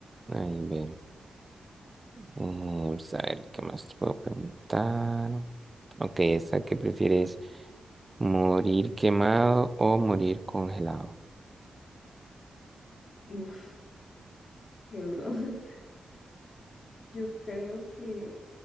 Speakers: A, on the right (about 20°); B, on the left (about 55°).
A: Ay, ver. eh, vamos a ver, ¿qué más te puedo preguntar? Ok, esta, ¿qué prefieres? ¿Morir quemado o morir congelado?
B: Uf, qué duro. <laughs> Yo creo que